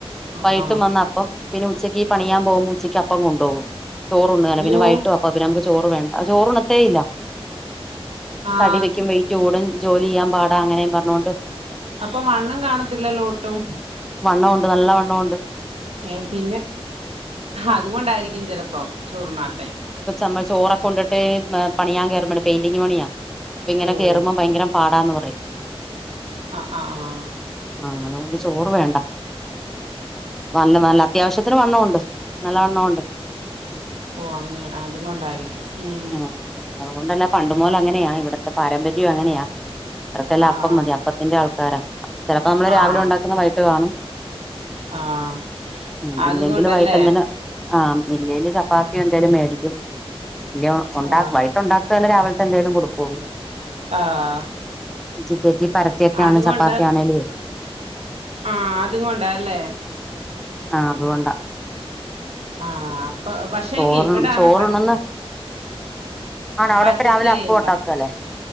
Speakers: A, on the right; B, in the centre.
A: ആഹാ
B: വൈട്ടും വന്ന അപ്പം പിന്നെ ഉച്ചയ്ക്ക് പണിയാൻ പോകുമ്പോ ഉച്ചയ്ക്ക് അപ്പം കൊണ്ടോവും ചോറുണ്ണേല.
A: അയ്യോ
B: പിന്ന വൈട്ടും അ അപ്പ. നമുക്ക് ചോറ് വേണ്ട ചോറുണ്ണത്തേ ഇല്ല.
A: ആഹ്
B: തടി വെക്കും വെയിറ്റ് കൂടും ജോലി ചെയ്യാൻ പാടാ അങ്ങനെയും പറഞ്ഞോണ്ട്.
A: അപ്പൊ വണ്ണം കാണത്തില്ലല്ലോ ഒട്ടും.
B: വണ്ണോണ്ട് നല്ല വണ്ണോണ്ട്.
A: ഏഹ് പിന്നെ അതുകൊണ്ടായിരിക്കും ചെലപ്പം ചോറുണ്ണാത്തെ.
B: സംഭവം ചോറൊക്കെണ്ടിട്ട് പണിയാൻ കേയറ്പ പെയിന്റിംങ് പണിയാ. ഇപ്പൊങ്ങനെ
A: ഓഹ്
B: കേറുമ്പോ ഭയങ്കര പാടാന്ന് പറയും.
A: ആഹ് ആഹ് ആഹ്
B: ആഹ് അതുകൊണ്ട് ചോറ് വേണ്ട. വണ്ണ നല്ല അത്യാവശ്യത്തിന് വണ്ണവൊണ്ട് നല്ല വണ്ണവുണ്ട്.
A: ഓ അങ്ങനെ അതു കൊണ്ടായിരിക്കും. ഉം
B: അഹ് അതുകൊണ്ടല്ല പണ്ടുമോല അങ്ങനെയാ ഇവിടുത്തെ പാരമ്പര്യം അങ്ങനെയാ. അവർക്കെല്ലാം
A: ആഹ്
B: അപ്പം മതി അപ്പത്തിന്റെ ആൾക്കാരാ ചെലപ്പോ നമ്മള് രാവിലെ
A: ആഹ്
B: ഉണ്ടാക്കുന്ന വൈകിട്ട് കാണും.
A: ആഹ്
B: ആഹ്
A: അതുകൊണ്ടല്ലേ
B: ഇല്ലെങ്കിലും വൈട്ട് എന്തേന് ആഹ് ഇല്ലേല് ചപ്പാത്തിയൊ എന്തേലും മേടിക്കും. ഇല്ല ഉണ്ടാക്ക
A: ആഹ്
B: വൈട്ട് ഉണ്ടാക്കുകല്ലേ രാവിലത്തെ എന്തേലും കൊടുക്കുള്ളൂ.
A: ആഹ്
B: ജ് പേറ്റി പരത്തിയൊക്കെയാണ്
A: അതുകൊണ്ട്
B: ചപ്പാത്തിയാണേ ലെ.
A: ആഹ് അതും കൊണ്ടല്ലേ.
B: ആഹ് അതുകൊണ്ടാ.
A: ആഹ് അപ്പൊ പക്ഷെങ്കി
B: ചോറ്
A: ഇവിടാണ്
B: ചോറ്ണന്ന്
A: പറ്റ
B: ആണ അവിടെപ്പ
A: പറ്റത്തേ
B: രാവിലെ അപ്പ
A: ഇല്ല
B: ഉണ്ടാക്കല്ലേ.